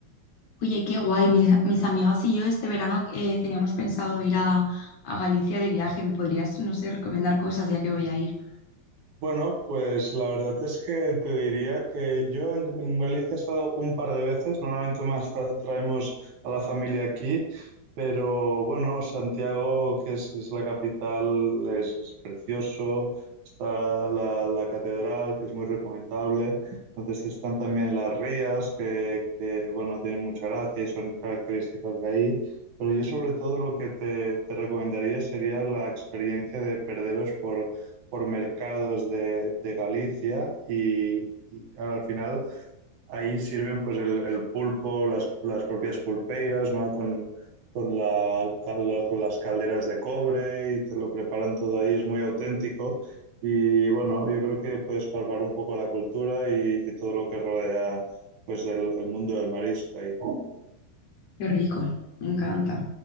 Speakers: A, on the left; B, on the right.
A: Oye, qué guay. Mis, mis amigas y yo este verano eh, teníamos pensado ir a, a Galicia de viaje. ¿Me podrías, no sé, recomendar cosas ya que voy a ir?
B: Bueno, pues la verdad es que te diría que yo en, en Galicia he estado un par de veces, normalmente más tra- traemos a la familia aquí, pero bueno, Santiago, que es, es la capital, es, es precioso, está la, la catedral, que es muy recomendable, entonces están también las rías, que, que, bueno, tienen mucha gracia y son características de ahí, pero yo sobre todo lo que te, te recomendaría sería la experiencia de perderos por por mercados de, de Galicia y, y claro, al final ahí sirven pues el, el pulpo, las, las, propias pulpeiras, ¿no? Con, con, la, con, las calderas de cobre y te lo preparan todo ahí, es muy auténtico. Y bueno, yo creo que puedes palpar un poco la cultura y, y todo lo que rodea pues el, el, mundo del marisco ahí.
A: Qué rico. Me encanta.